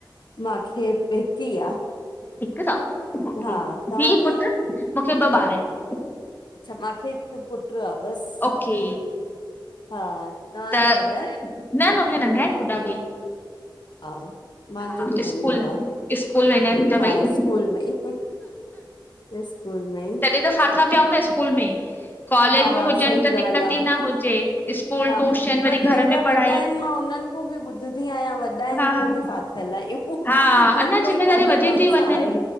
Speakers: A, on the left (about 60°); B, on the left (about 25°).
A: मांखे हिक ई आ।
B: हिकु तव
A: हा
B: धीअ
A: तव्हांखे?
B: पुट्र? मुंखे ॿ ॿार आहिनि।
A: अच्छा मांखे हिकु पुट्र आ बसि।
B: ओके।
A: हा, तव्हांजा
B: त
A: वॾा इन?
B: न -न मुंहिंजा नंढा आहिनि, गुढ़ा ॿई।
A: <inaudible> हा मांजो
B: हा
A: बि नंढो
B: स्कूल
A: आ,
B: स्कूल वेंदा आहिनि मुंहिंजा
A: हा
B: ॿई
A: स्कूल में ई स्कूल में ई
B: त फाथा पिया हूंदा स्कूल में कॉलेज
A: हा
B: में हुजनि
A: सही
B: त
A: ॻाल्हि
B: दिक्कत
A: आ,
B: ई न हुजे, स्कूल
A: हा
B: ट्यूशन
A: पर
B: वरी
A: जंहिंजा
B: घर में
A: वॾा
B: पढ़ाई
A: आहिनि मां उननि खां बि ॿुधंदी आहियां वॾा आहिनि
B: हा
A: पो
B: हा
A: बि फाथल आहियूं।
B: हा
A: हर
B: अञा
A: कोई
B: ज़िमेदारी
A: पांजे
B: वधी
A: कम
B: थी
A: सां
B: वञनि
A: आहे।